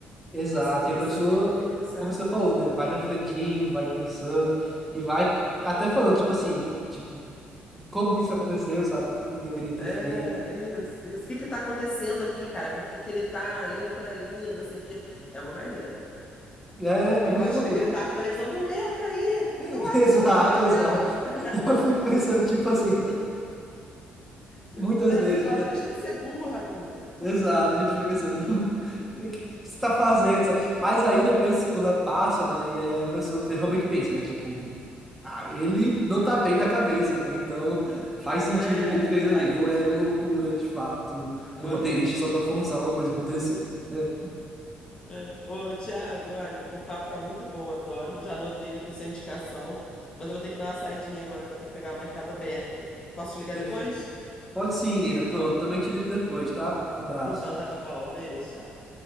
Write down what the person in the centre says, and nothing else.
Exato,
e a pessoa,
como você falou, né, vai refletindo, vai pensando e vai até falando, tipo assim, tipo, como isso aconteceu, sabe, o que que deveria ter
feito.
É,
é muita
loucura.
<laughs>
Exato,
exato.
Eu fico pensando, tipo assim,
muitas
vezes,
né?
Exato, a gente fica pensando, <laughs> o que que você tá fazendo? sabe? Mas aí depois, quando passa, né, e aí a pessoa realmente pensa, né, tipo. Ah, ele não tá bem da cabeça, né? Então faz sentido
o que ele fez
ali. Não
é loucura
de fato do
roteirista só
pra forçar alguma coisa a acontecer, né?
Perfeito.
Pode sim, Nina. Pronto, também te ligo depois, tá? Abraço.